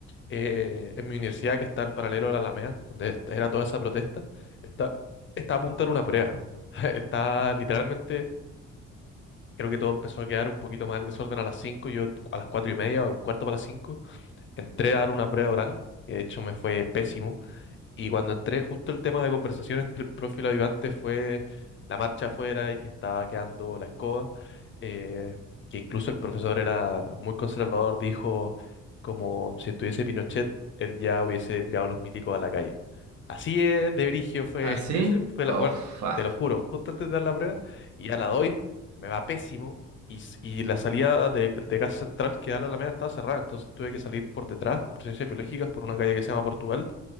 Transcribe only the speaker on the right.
¿Ah, sí?
Oh,
fa.